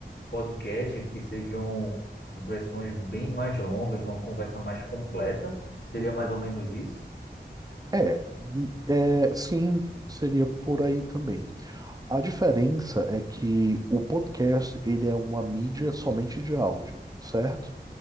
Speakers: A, on the left (about 80°); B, on the right (about 20°).
A: podcasts, que sejam versões bem mais longas, uma conversa mais completa. Seria
B: Uhum.
A: mais ou menos isso?
B: É, é, sim, seria por aí também. A diferença é que o podcast, ele é uma mídia somente de áudio, certo?